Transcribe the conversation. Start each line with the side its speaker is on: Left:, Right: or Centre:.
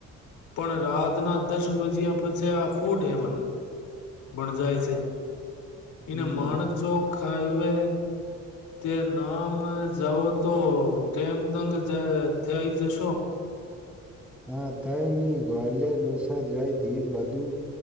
Left: પણ રાતના દસ વજીયા પછી આ ફૂડ હેવન ભણ જાય છે એના
Centre: હમ
Left: માણક ચોક થવે તે નામ જાઓ તો ટેમ દંગ થઈ જશો
Centre: હા તય નહી ગ્વાલિયર ડોસા જાય ઘીર બધું